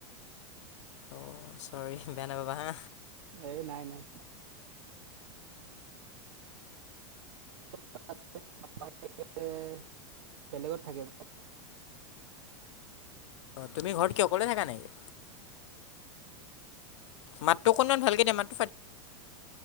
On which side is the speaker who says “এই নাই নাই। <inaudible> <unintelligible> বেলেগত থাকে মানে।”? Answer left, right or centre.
Right